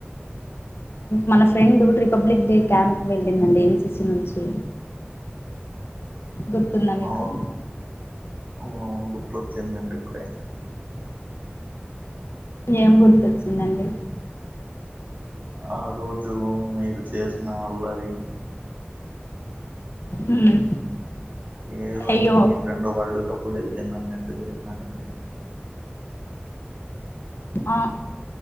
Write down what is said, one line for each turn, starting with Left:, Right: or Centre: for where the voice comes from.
Left: మన ఫ్రెండ్ రిపబ్లిక్ డే క్యాంప్ వెళ్ళిందండి ఎన్సిసి నుంచి గుర్తుందా మీకు
Right: ఆ అవునవును గుర్తొచ్చిందండి ఇప్పుడే
Left: ఏం గుర్తొచ్చిందండి
Right: ఆ రోజు మీరు చేసిన అల్లరి
Left: హ్మ్
Right: ఏదో
Left: అయ్యో
Right: ఇంగ మీ ఫ్రెండ్ వరల్డ్ కప్ గెలిచిందన్నట్టు చేసినారండి
Left: ఆ